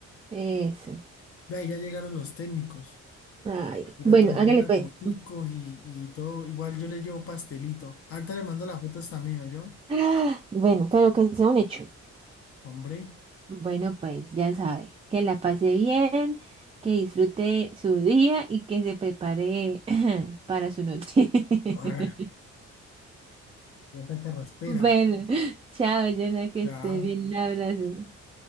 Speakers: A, on the right; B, on the left.
A: Eso.
B: Ve, ahí ya llegaron los técnicos.
A: Ay,
B: Voy
A: bueno,
B: a tomarme
A: hágale
B: las
A: pues.
B: foticos y, y todo. Igual yo le llevo pastelito. Ahorita le mando las fotos también, ¿o yo?
A: Ah, Bueno, pero que sea un hecho.
B: Hombre.
A: Bueno, pues ya sabe. Que la pase bien, que disfrute su día y que se prepare <laughs> <clears throat> para su noche.
B: Ah.
A: <laughs>
B: Esa carraspera.
A: Bueno, chao, Jonah, que
B: Ya.
A: estés bien. Un abrazo.